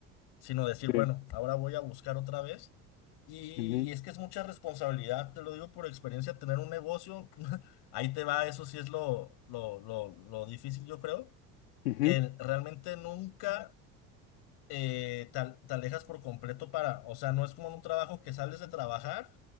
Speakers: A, on the left; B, on the left.
A: Sino decir,
B: Sí.
A: bueno, ahora voy a buscar otra vez. Y,
B: Ujú,
A: es que es mucha responsabilidad, te lo digo por experiencia, tener un negocio, <laughs> ahí te va, eso sí es lo, lo, lo, lo difícil, yo creo,
B: ujú.
A: que realmente nunca eh, te, al- te alejas por completo para, o sea, no es como en un trabajo que sales de trabajar